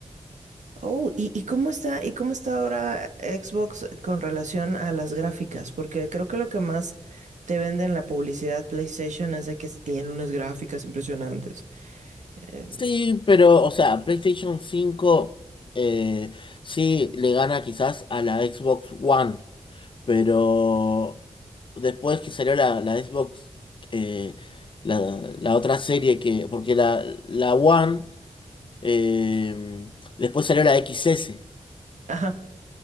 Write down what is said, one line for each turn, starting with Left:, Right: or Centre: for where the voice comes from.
Right: Oh, ¿y, y cómo está, y cómo está ahora Xbox con relación a las gráficas? Porque creo que lo que más te vende en la publicidad PlayStation es de que tiene unas gráficas impresionantes. Eh,
Left: Sí, pero, o sea, PlayStation 5 eh, sí le gana quizás a la Xbox One, pero después que salió la, la Xbox, eh, la, la otra serie que, porque la, la One... Eh, después salió la X S,
Right: ajá.